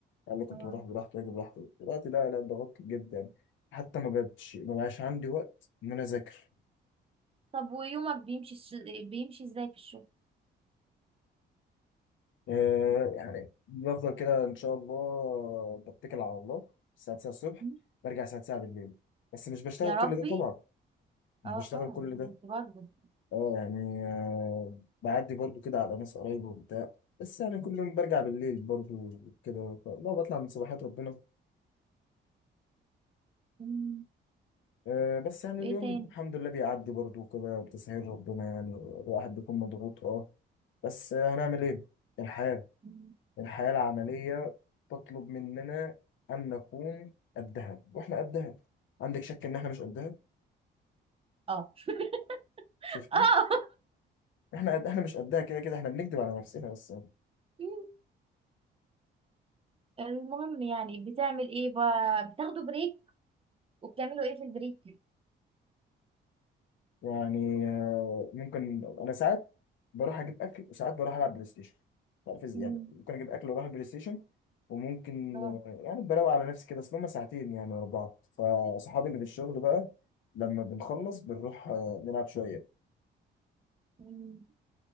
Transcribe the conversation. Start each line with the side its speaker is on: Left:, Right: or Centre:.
Left: قال لي كنت
Right: آه.
Left: بروح براحتي واجي براحتي دلوقتي لا لا ضغطت جدا يعني. حتى ما بقتش ما بقاش عندي وقت ان انا اذاكر
Right: طب ويومك بيمشي الش- بيمشي ازاي في الشغل
Left: آه يعني بفضل كده ان شاء الله بتكل على الله الساعه 9 الصبح
Right: مم.
Left: برجع الساعه 9 بالليل بس مش بشتغل
Right: يا ربي
Left: كل ده طبعا مش
Right: اه
Left: بشتغل
Right: آه،
Left: كل ده
Right: برضه برضه.
Left: اه يعني آه بعدي برضو كده على ناس قرايبي وبتاع بس يعني كل يوم برجع بالليل برضو كده لا بطلع من صباحات ربنا
Right: مم.
Left: آه، بس يعني
Right: وايه
Left: اليوم
Right: تاني
Left: الحمد لله بيعدي برضو كده بتسهيل ربنا يعني الواحد بيكون مضغوط اه بس آه، هنعمل ايه الحياة
Right: مم.
Left: الحياة العملية تطلب مننا أن نكون قدها واحنا قدها عندك شك إن احنا مش قدها
Right: اه <laughs>
Left: شفتي
Right: اه
Left: احنا قد احنا مش قدها كده كده احنا بنكذب على نفسنا بس
Right: مم. المهم يعني بتعمل ايه بقى بتاخدوا بريك وبتعملوا ايه في البريك
Left: يعني آه، ممكن انا ساعات بروح اجيب اكل وساعات بروح العب بلاي ستيشن مش عارف ازاي
Right: مم.
Left: يعني ممكن اجيب اكل واروح البلاي ستيشن وممكن
Right: اه
Left: آه، يعني بروق على نفسي كده اصل هما ساعتين يعني ورا بعض فصحابي اللي في الشغل بقى لما بنخلص بنروح آه، نلعب شويه
Right: مم.